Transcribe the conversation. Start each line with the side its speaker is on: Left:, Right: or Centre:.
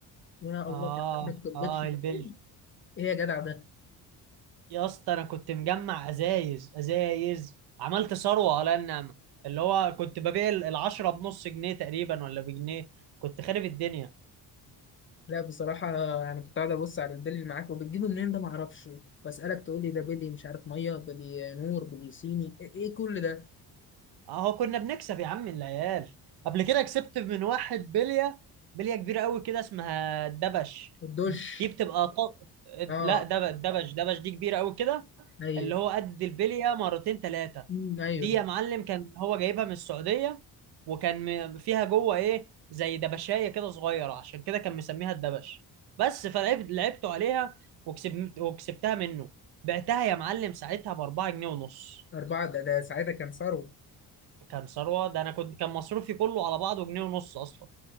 Left: يا
Right: اه
Left: الله كان حدك تقبلش
Right: اه
Left: البيل
Right: البل
Left: ايه يا جدع ده
Right: يا اسطى انا كنت مجمع ازايز ازايز عملت ثروه على النعمه اللي هو كنت ببيع ال- العشرة بنص جنيه تقريبا ولا بجنيه كنت خارب الدنيا
Left: لا بصراحه يعني كنت قاعد ابص على البيل اللي معاك وبتجيبه منين ده ما اعرفش واسالك تقول لي ده بيلي مش عارف ميه بيلي نور بيلي صيني ايه إيه كل ده
Right: اهو كنا بنكسب يا عم العيال قبل كده كسبت من واحد بليه بليه كبيره قوي كده اسمها الدبش
Left: والدش
Right: دي بتبقى طاق...
Left: اه
Right: لا دب- دبش دبش دي كبيره قوي كده
Left: ايوه
Right: اللي هو قد البليه مرتين ثلاثه
Left: أمم، ايوه
Right: دي يا معلم كان هو جايبها من السعوديه وكان م- فيها جوه ايه زي دبشايه كده صغيره عشان كده كان مسميها الدبش بس فلعبت لعبته عليها وكسبت وكسبتها منه بعتها يا معلم ساعتها ب 4 جنيه ونص
Left: اربعه ده, ده ساعتها كان ثروه
Right: كان ثروه ده انا كنت كان مصروفي كله على بعضه جنيه ونص اصلا